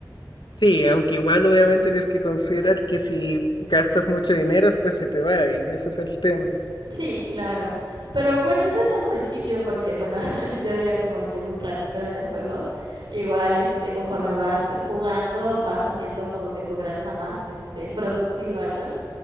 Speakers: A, on the left (about 70°); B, on the right (about 70°).
A: sí, aunque igual obviamente tienes que considerar que si gastas mucho dinero, pues se te va y ese es el tema.
B: Sí, claro. Pero bueno, eso es al principio, porque bueno, <laughs> yo ya como llevo un ratito en el juego, igual este, conforme vas jugando, vas haciendo como que tu granja más este, productiva, ¿no?